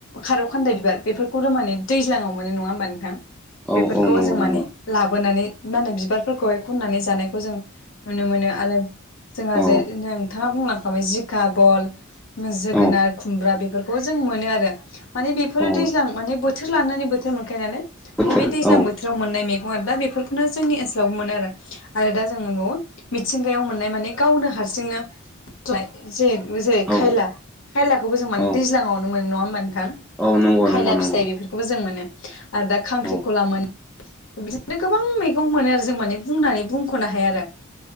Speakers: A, on the left; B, in the centre.
A: खारौ खान्दाय बिबार बेफोरखौ माने दैज्लाङाव मोनो नङा होमबा नोंथां
B: औ
A: बेफोरखौ
B: औ नंगौ
A: जों माने
B: नंगौ
A: लाबोनानै मा होनो बिबारफोरखौहाय खननानै जानायखौ जों नुनो मोनो आरो जोंहा
B: औ
A: जे नोंथाङा बुंलांखाबाय जिखा बल जोगोनार
B: औ
A: खुमब्रा बेफोरखौ जों मोनो आरो माने बेफोरो
B: औ
A: दैज्लां माने बोथोर लानानै बोथोर मोनखायो नालाय
B: बोथोर
A: माने बे दैज्लां
B: औ
A: बो थोराव मोननाय मैगं आरो दा बेफोरखौनो जोंनि ओनसोलावबो मोनो आरो दा जों मोनबावो मिथिंगायाव मोननाय माने गावनो हारसिंनो <unintelligible> जे-जेरै
B: औ
A: खायला खायलाखौबो जों माने
B: औ
A: दैज्लाङावनो मोनो नङा होमबा नोंथां
B: औ नंगौ
A: खायला
B: नंगौ नंगौ
A: फिथाइ बेफोरखौबो जों मोनो आरो दा खांख्रिखला
B: औ
A: मोन बिदिनो गोबां मैगं मोनो आरो जों माने बुंनानै बुंख'नो हाया आरो